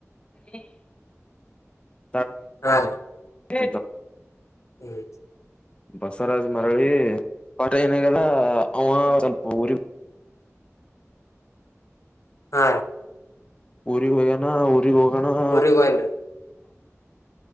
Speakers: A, on the left (about 20°); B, on the left (about 70°).
A: ಹ <inaudible>
B: ಹಾ ರ <inaudible>
A: ತ <inaudible>
B: ಹ್ಮ <inaudible>
A: ಬಸವರಾಜ್ ಮರಳಿ ಏನಾಗಲ್ಲ ಅವ ಸ್ವಲ್ಪ ಊರಿ <inaudible>
B: ಹ
A: ಊರಿಗೆ ಹೋಗಣ ಊರಿಗೆ ಹೋಗೋಣ ಹ
B: ಊರಿಗ್ ಹೋಗಿನ್ರಿ